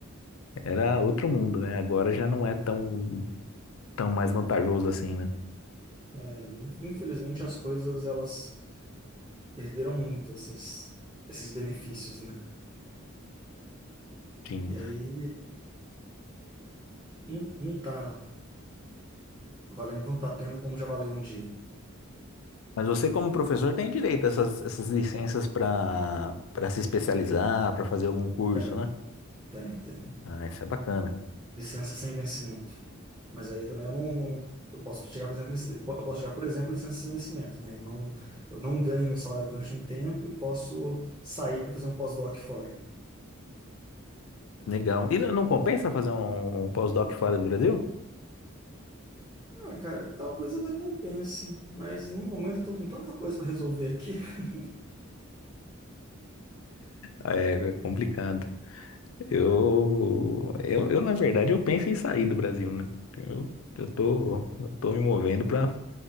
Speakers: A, on the left (about 80°); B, on the right (about 20°).
A: Era outro mundo, né? Agora já não é tão, tão mais vantajoso assim, né?
B: É, in- infelizmente as coisas elas perderam muito essas, esses benefícios, né?
A: Sim.
B: E aí não, não tá valendo tanto a pena como já valeu um dia.
A: Mas você, como professor, tem direito a essas, essas licenças para para se especializar, para fazer algum curso,
B: Tem,
A: né?
B: tem, tem.
A: Ah, isso é bacana.
B: Licença sem vencimento. Mas aí eu também eu não. Eu posso tirar, por exemplo, lic- eu po- eu posso tirar, por exemplo, licença sem vencimento, né? Eu não, eu não ganho meu salário durante um tempo e posso sair para fazer um pós-doc fora.
A: Legal. E não não compensa fazer um, um pós-doc fora do Brasil?
B: Ah, cara, talvez até compense, mas no momento eu tô com tanta coisa para resolver aqui. <laughs>
A: Ah, É é complicado. Eu, eu, eu, na verdade, eu penso em sair do Brasil, né? Eu, eu tô, eu tô me movendo para